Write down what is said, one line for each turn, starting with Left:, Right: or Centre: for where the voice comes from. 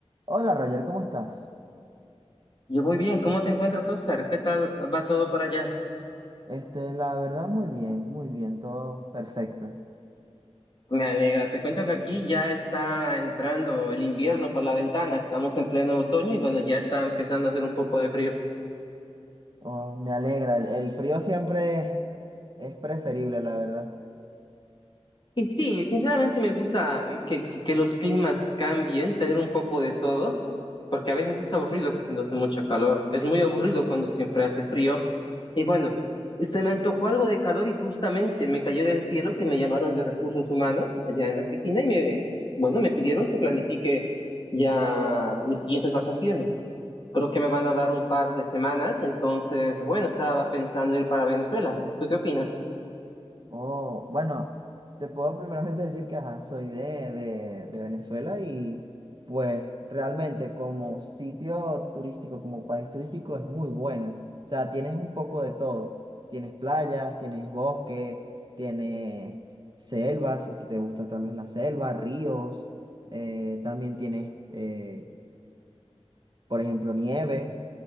Right: Hola Roger, ¿cómo estás?
Left: Yo muy bien, ¿cómo te encuentras, Oscar? ¿Qué tal va todo por allá?
Right: Este, la verdad, muy bien, muy bien, todo perfecto.
Left: Me alegra, te cuento que aquí ya está entrando el invierno por la ventana, estamos en pleno otoño y bueno, ya está empezando a hacer un poco de frío.
Right: Oh, me alegra, el, el frío siempre es preferible, la verdad.
Left: Y sí, sinceramente me gusta eh, que, que, que los climas cambien, tener un poco de todo, porque a veces es aburrido cuando hace mucho calor, es muy aburrido cuando siempre hace frío. Y bueno, se me antojó algo de calor y justamente me cayó del cielo que me llamaron de recursos humanos allá en la oficina y me, bueno, me pidieron que planifique ya mis siguientes vacaciones. Creo que me van a dar un par de semanas, entonces, bueno, estaba pensando ir para Venezuela. ¿Tú qué opinas?
Right: Oh, bueno, te puedo primeramente decir que ajá, soy de, de, de Venezuela y pues realmente como sitio turístico, como país turístico es muy buena. O sea, tienes un poco de todo. Tienes playas, tienes bosque, tienes selvas, si te gusta tal vez la selva, ríos, eh, también tienes, eh, por ejemplo, nieve.